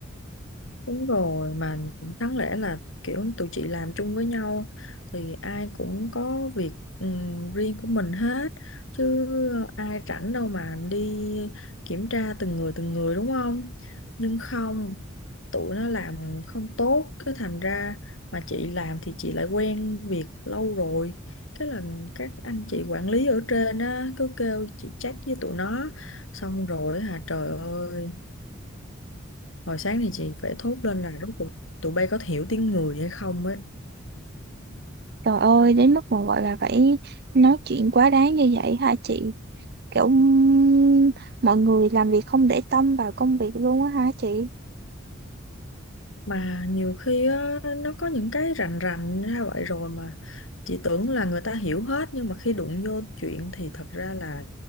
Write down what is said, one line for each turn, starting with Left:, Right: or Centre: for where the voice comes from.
Left: Đúng rồi mà đáng lẽ là kiểu tụi chị làm chung với nhau thì ai cũng có việc ừm, riêng của mình hết chứ ai rảnh đâu mà đi kiểm tra từng người từng người đúng không? Nhưng không, tụi nó làm không tốt cứ thành ra mà chị làm thì chị lại quen việc lâu rồi. Cái là các anh chị quản lý ở trên á cứ kêu chị check với tụi nó xong rồi hả trời ơi Hồi sáng thì chị phải thốt lên là rốt cuộc tụi bay có hiểu tiếng người hay không ấy.
Right: Trời ơi, đến mức mà gọi là phải nói chuyện quá đáng như vậy hả chị? Kiểu ừm, mọi người làm việc không để tâm vào công việc luôn á hả chị?
Left: Mà nhiều khi á, nó có những cái rành rành ra vậy rồi mà chị tưởng là người ta hiểu hết nhưng mà khi đụng vô chuyện thì thật ra là